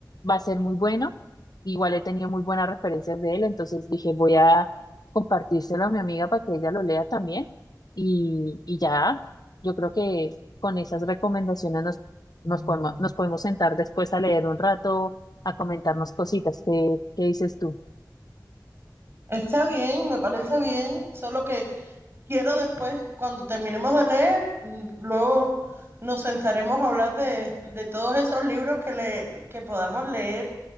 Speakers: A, on the left (about 65°); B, on the right (about 35°).
A: va a ser muy bueno. Igual he tenido muy buenas referencias de él, entonces dije, voy a compartírselo a mi amiga para que ella lo lea también. Y, y ya, yo creo que con esas recomendaciones nos, nos podemos, nos podemos sentar después a leer un rato a comentarnos cositas. ¿Qué, qué dices tú?
B: Está bien, me parece bien, solo que quiero después, cuando terminemos de leer, mm, luego nos sentaremos a hablar de, de todos esos libros que, le, que podamos leer.